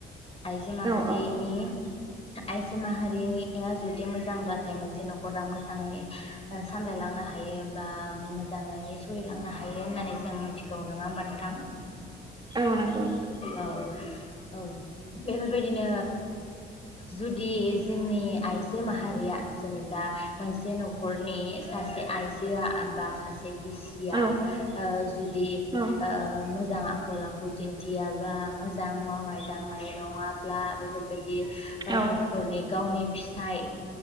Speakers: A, on the left; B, on the right.
A: आइजो माहा
B: औ औ
A: रि आइजो माहारिया जुदि मोजांब्लाथाय मोनसे न'खरा मोजाङै सामलायलांनो हायो बा मोजाङै सोलिलांनो हायो होननानै जों मिथिगौ नङा होमबा नोंथां।
B: औ नंगौ नंगौ
A: औ। औ बेफोरबायदिनो। जुदि जोंनि आइजो माहारिया। जेनेबा मोनसे न'खरनि सासे आइजो। यो बा सा से बिसिया
B: औ औ
A: ओ जुदि
B: औ
A: ओ मो जां आखल आखु दिन्थियाब्ला मोजां मावनाय दांनाय नङाब्ला बे फोर बाय दि ओ
B: औ
A: न'खरनि गावनि फिसाय